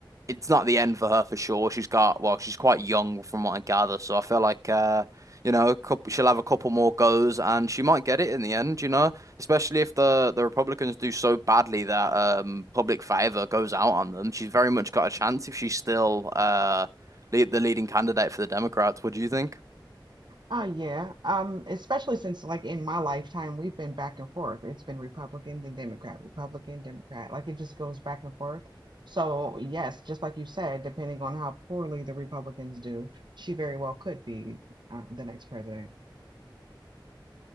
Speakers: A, on the right; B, on the right.
A: it's not the end for her for sure. She's got well, she's quite young from what I gather, so I feel like uh, you know, a couple, she'll have a couple more goes, and she might get it in the end. You know especially if the the Republicans do so badly that um public favor goes out on them. She's very much got a chance if she's still uh lead, the leading candidate for the Democrats. What do you think?
B: Oh yeah. Um, especially since like in my lifetime we've been back and forth. It's been Republican, then Democrat, Republican, Democrat. Like it just goes back and forth. So yes, just like you said, depending on how poorly the Republicans do, she very well could be uh, the next president.